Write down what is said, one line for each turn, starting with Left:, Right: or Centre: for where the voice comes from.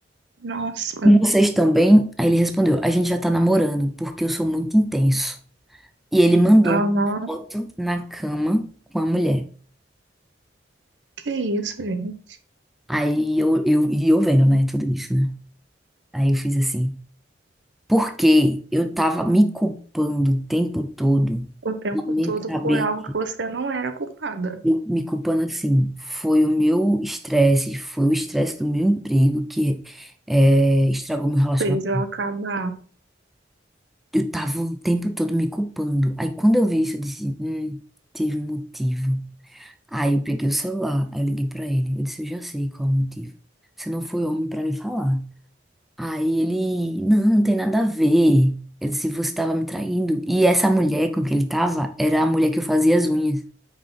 Right: Nossa,
Centre: E vocês também? Aí ele respondeu, a gente já tá namorando, porque eu sou muito intenso. E ele mandou
Right: não, não,
Centre: uma foto na cama com a mulher.
Right: que isso, gente.
Centre: Aí eu, eu, e eu vendo, né, tudo isso, né? Aí eu fiz assim. Porque eu tava me culpando o tempo todo,
Right: O tempo
Centre: na minha
Right: todo
Centre: cabeça,
Right: por algo que você não era culpada.
Centre: eu me culpando assim, foi o meu estresse, foi o estresse do meu emprego que eh, estragou meu relacionamento.
Right: Fez eu acabar.
Centre: Eu tava o tempo todo me culpando. Aí quando eu vi isso, eu disse, hum, teve um motivo. Aí eu peguei o celular, aí eu liguei pra ele. Eu disse, eu já sei qual é o motivo. Você não foi homem pra me falar. Aí ele, não, não tem nada a ver. Ele disse, você tava me traindo. E essa mulher com que ele tava era a mulher que eu fazia as unhas.